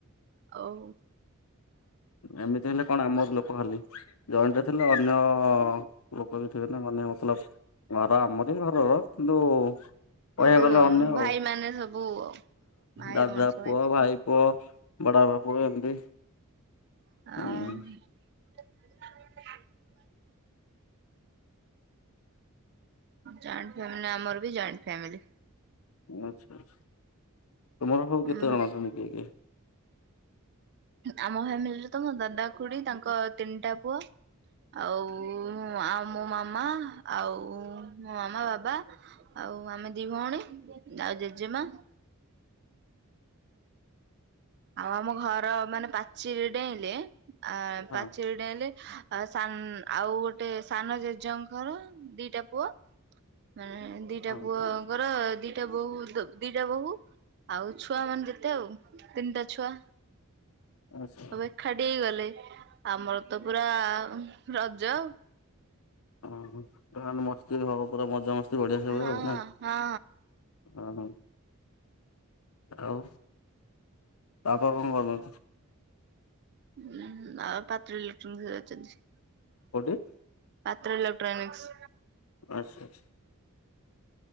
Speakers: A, on the right; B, on the left.
A: ଆଉ
B: ଏମିତି ହେଲେ କଣ ଆମର ଲୋକ୍ ଲଲି ଜଏଣ୍ଟ ଥିଲେ ଅନ୍ୟ ଲୋକ ବି ଠିକ ମାନେ ମତଲବ ଘର। ଆମରି ଘରର କିନ୍ତୁ, କହିବାକୁ
A: କିନ୍ତୁ
B: ଗଲେ ଅନ୍ୟ ଆଉ
A: ଭାଇ ମାନେ ସବୁ ଭାଇ
B: ଦାଦା
A: ଭଉଣୀ ସବୁ
B: ପୁଅ ଭାଇ ପୁଅ ବଡ ବାପା ପୁଅ ଏମିତି।
A: ଆଁ
B: ହୁଁ
A: <unintelligible> ଜଏଣ୍ଟ ଫ୍ୟାମିଲି ଆମର ବି ଜଏଣ୍ଟ ଫ୍ୟାମିଲି।
B: ଆଛା ଆଛା। ତୁମର ସବୁ
A: ଉଁ
B: କେତେଜଣ ଅଛନ୍ତି କିଏ କିଏ।
A: ଆମ ଫ୍ୟାମିଲିରେ ତ ମୋ ଦାଦା ଖୁଡି ତାଙ୍କ ତିନିଟା ପୁଅ, ଆଉ ଆଉ ମୋ ମାମା ଆଉ ମୋ ମାମା ବାବା, ଆଉ ଆମେ ଦି ଭଉଣୀ ଆଉ ଜେଜେମା ଆଉ ଆମ ଘର ମାନେ ପାଚିରି ଡେଇଁଲେ ଆ
B: ହଁ
A: ପାଚିରି ଡେଇଁଲେ ଆ ସାନ୍ ଆଉ ଗୋଟେ ସାନ ଜେଜେଙ୍କର ଦିଟା ପୁଅ ମାନେ ଦିଟା
B: ହଁ
A: ପୁଅଙ୍କର ଦି ଦିଟା ବୋହୂ ଦ ଦିଟା ବୋହ ଆଉ ଛୁଆ ମାନେ ଯେତେ ଆଉ ତିନିଟା ଛୁଆ।
B: ଆଚ୍ଛା
A: ସବୁ ଏକାଠି ହେଇଗଲେ। <unintelligible> ଆମର ତ ପୁରା ରଜ
B: ହଁ ହଁ ତାହେନେ ମସ୍ତି ହବ ପୁରା ମଜା ମସ୍ତି ବଢିଆ ହଉ
A: ଆଉ ହଁ
B: ନା
A: ହଁ
B: ଅ ହ। ଆଉ ତାପ କଣ କରମ
A: ହୁଁ ଆଉ ପାତ୍ର ଇଲେକ୍ଟ୍ରୋନିକ ଅଛନ୍ତି।
B: କୋଉଠି?
A: ପାତ୍ର ଏଲେକ୍ଟ୍ରାନିକ୍ସ୍।
B: ଆଚ୍ଛା ଆଛା।